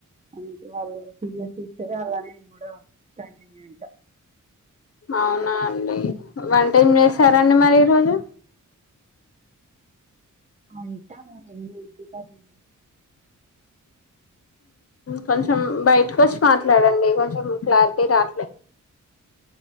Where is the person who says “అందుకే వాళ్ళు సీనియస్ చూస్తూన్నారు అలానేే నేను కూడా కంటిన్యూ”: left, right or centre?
Right